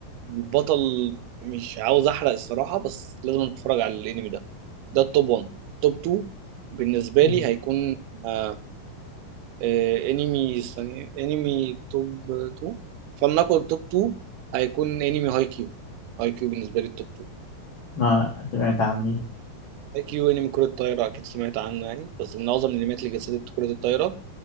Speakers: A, on the right (about 85°); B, on the left (about 45°).
A: البطل مش عاوز احرق الصراحه بس لازم تتفرج على الانمي ده ده التوب 1 توب 2 بالنسبه
B: مم.
A: لي هيكون آه، آه، انمي ثانية انمي توب 2 فلنقل توب 2 هيكون انمي هاي كيو هاي كيو بالنسبة لي التوب 2
B: ما سمعت عنه ده.
A: هاي كيو انمي كرة الطايرة اكيد سمعت عنه يعني بس من اعظم الانميات اللي جسدت كرة الطايرة